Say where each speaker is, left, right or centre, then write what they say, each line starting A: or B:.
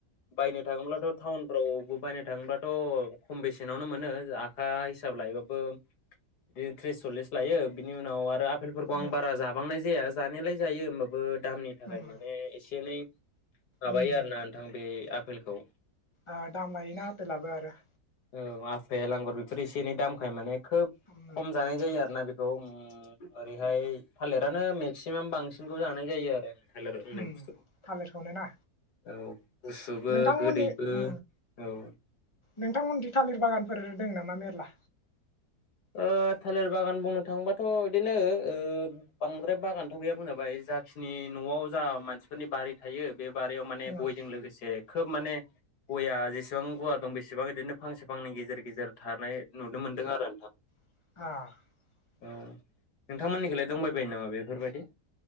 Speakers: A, on the left; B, on the left.
A: बायनो थांयोब्लाथ थाउनफोराव बायनो थांयोब्लाथ खम बेसेनावनो मोन्नो आखा इसाब लायोब्लाबो बिदिनो थ्रिस सललिस बेनि उनाव आफेल आफेलफोरखौ आं
B: उम
A: बारा जाबांनाय जाया। जानायलाय जायो होमबाबो। दामनि थाखाय
B: उम
A: माने एसे एनै माबायो
B: उम
A: आरोना नोंथां बे। आपेलखौ
B: ओ दाम लायोना आपेलाबो आरो।
A: औ आपेल आांगुर बेफोर एसे एनै दामखाय माने खोब
B: उम
A: खम जानाय जायो आरोना बे ओ ओरैहाय थालिरानो मेक्सिमाम बांसिन बेखौ जानाय जायो आरो। थालिर होननाय
B: उम
A: बुस्थुखौ
B: थालिरखौनो ना
A: औ गुसुबो
B: नोंथांमोननि
A: गोदैबो
B: उम
A: औ
B: नोंथांमोनखि थालिर बागानफोर दं नामा मेरला
A: ओ थालिर बागान बुंनो थाङोबाथ बिदिनो बांद्राय बागानथ' गैया बुं जाबाय जाखिनि नआव जा मानसिफोरनि बारि थायो बे बारियाव माने
B: उम
A: गयजों लोगोसे खोब माने गया जेसेबां गवा दं बेसेबां बिदिनो फांसे फांनै गेजेर गेजेर थानाय नुनो मोनदों आरो नोंथां।
B: <inaudible>
A: औ नोंथांमोननिखिलाय दंबायबायो नामा बेफोरबायदि